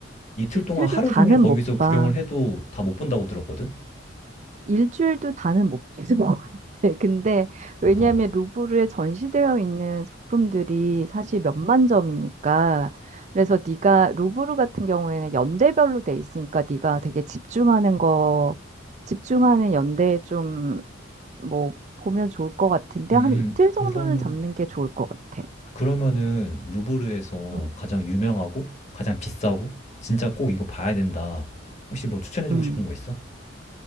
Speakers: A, on the left; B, on the right.
A: 이틀
B: 이틀도
A: 동안 하루
B: 다는
A: 종일 거기서
B: 못
A: 구경을
B: 봐.
A: 해도 다 못 본다고 들었거든?
B: 일주일도 다는 못 봤을 것 같아. <laughs> 근데
A: 어,
B: 왜냐하면 루브르에 전시되어 있는 작품들이 사실 몇만 점이니까 그래서 네가 루브르 같은 경우에는 연대별로 돼 있으니까 네가 되게 집중하는 거 집중하는 연대에 좀 뭐 보면 좋을 것 같은데
A: 음,
B: 한 이틀
A: 그러면
B: 정도는 잡는 게 좋을 것 같아.
A: 그러면은 루브르에서
B: 음.
A: 가장 유명하고 가장 비싸고 진짜 꼭 이거 봐야 된다. 혹시 뭐 추천해주고
B: 음.
A: 싶은 거 있어?